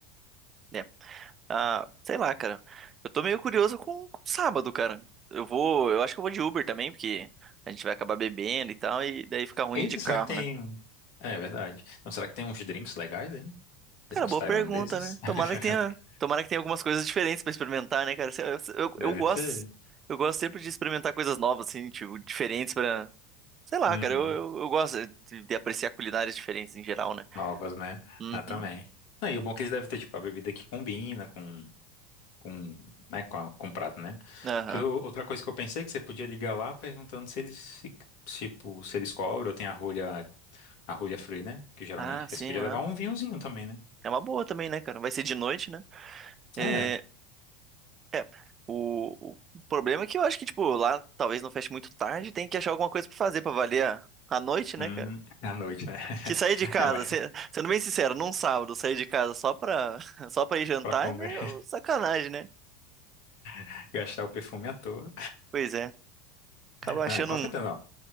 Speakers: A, on the right (about 35°); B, on the left (about 60°).
A: É. Ah, sei lá, cara. Eu tô meio curioso com, com sábado, cara. Eu vou, eu acho que eu vou de Uber também, porque a gente vai acabar bebendo e tal, e daí fica ruim
B: Eita,
A: de carro,
B: será que tem.
A: né?
B: É, verdade. Então, será que tem uns drinks legais, hein? Drinks
A: Cara, boa
B: tailandeses?
A: pergunta, né?
B: <laughs>
A: Tomara que tenha, tomara que tenha algumas coisas diferentes pra experimentar, né, cara? Eu, eu,
B: Deve
A: eu gosto,
B: ter.
A: eu gosto sempre de experimentar coisas novas, assim, tipo, diferentes pra. Sei lá,
B: Uhum.
A: cara, eu, eu, eu gosto de, de apreciar culinárias diferentes em geral, né?
B: Novas, né?
A: Uhum,
B: Ah, também. Não, e o bom é que eles devem ter, tipo, a bebida que combina com com, né, com, a- com prato, né?
A: aham.
B: Porque o- outra coisa que eu pensei é que você podia ligar lá perguntando se eles, se- tipo, se eles cobram ou tem a rolha, a rolha free, né? Que geralmente.
A: Ah, sim,
B: Aí você podia
A: aham.
B: levar um vinhozinho também, né?
A: É uma boa também, né, cara? Vai ser de noite, né? É,
B: É.
A: é. O, o problema é que eu acho que, tipo, lá talvez não feche muito tarde, tem que achar alguma coisa pra fazer pra valer a, a noite,
B: Hum,
A: né, cara?
B: <laughs> à noite, né? <laughs>
A: Que sair de casa,
B: É, mas
A: se- sendo bem sincero, num sábado sair de casa só pra, <laughs> só pra ir jantar
B: pra comer,
A: é meio sacanagem, né?
B: <laughs> gastar o perfume à toa.
A: Pois é. Acaba
B: Não,
A: achando
B: é com
A: um,
B: certeza não.